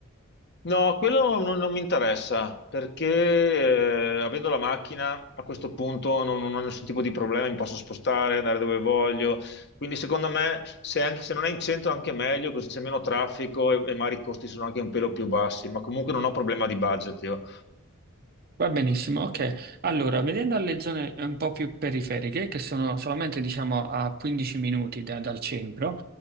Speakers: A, on the left (about 55°); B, on the right (about 50°).
A: No, quello non, non mi interessa, perché eh, avendo la macchina a questo punto non, non ho nessun tipo di problema, mi posso spostare, andare dove voglio. Quindi secondo me, se, anche- se non è in centro, anche meglio, così c'è meno traffico e, e magari i costi sono anche un pelo più bassi, ma comunque non ho problema di budget io.
B: Va benissimo, ok. Allora, vedendo le zone eh, un po' più periferiche, che sono solamente diciamo a 15 minuti da- dal centro,